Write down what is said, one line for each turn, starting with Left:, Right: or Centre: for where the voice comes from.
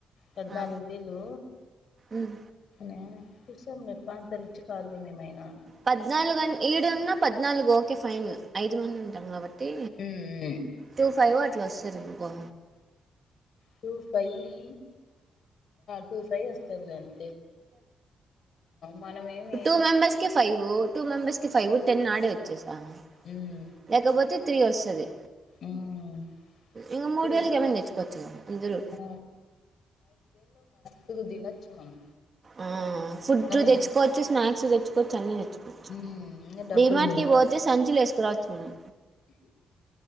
Left: పద్నాలుగు
Right: ఆ
Left: వేలు
Right: ఉమ్
Left: యా చూసాంలే బ్బా అంతరిచ్చు కాదులేమేమైనా
Right: పద్నాలుగన్ ఈడున్నా పద్నాలుగు ఓకే ఫైన్ ఐదు మంది ఉన్ టం కాబట్టి
Left: ఉమ్
Right: టూ ఫైవ్ అట్లోస్తదనుకో
Left: టూ ఫైయీ టూ ఫై వస్తద్లేండి మనమేమి
Right: టూ మెంబర్స్ కి ఫైవ్, టూ మెంబర్స్ కి ఫైవ్ టెన్ ఆడే వచ్చేసాయ్
Left: ఉమ్
Right: లేకపోతే త్రీ వస్తది
Left: ఉమ్
Right: ఇంగ మూడు
Left: తే
Right: వేలకి ఏమన్న తెచ్చుకోవచ్చు గద అందరూ
Left: ఆ కుగు దినచ్చు మనం
Right: ఆ ఫుడ్డు
Left: కానీ
Right: దెచ్చుకోవచ్చు స్నాక్స్ దెచ్చుకోవచ్చు అన్నీ తెచ్చు
Left: ఇంగ డబ్బులు
Right: డి మార్ట్
Left: మిగి
Right: కి బోతే సంచులేసుకురావచ్చు మనం